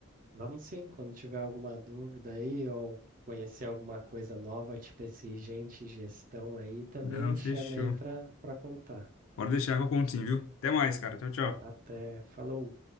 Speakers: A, on the right (about 40°); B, on the left (about 75°).
A: Vamos sim, quando tiver alguma dúvida aí ou conhecer alguma coisa nova, tipo esse gente gestão aí, também
B: Não,
A: me
B: fechou.
A: chama aí para para contar.
B: Pode deixar que eu conto sim, viu? Até mais, cara. Tchau, tchau.
A: Até, falou.